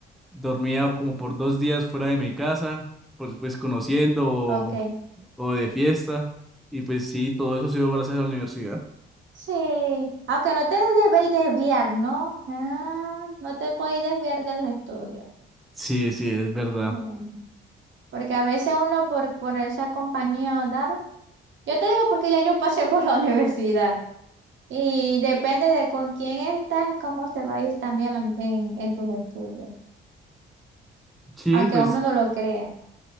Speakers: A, in the centre; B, on the right.
A: dormía como por dos días fuera de mi casa, pues, pues conociendo o,
B: Ok,
A: o de fiesta y pues sí, todo eso ha sido gracias a la universidad.
B: sí, aunque no te debéis desviar, ¿no? Ah, no te podéis desviar de los estudios.
A: Sí, sí, es verdad.
B: Mm. Porque a veces uno por, por esa compañía, dar, yo te digo porque ya yo pasé por la <laughs> universidad y depende de con quién estás, cómo te va a ir también la- en, en tus estudios,
A: Sí,
B: aunque
A: pues
B: uno no lo crea.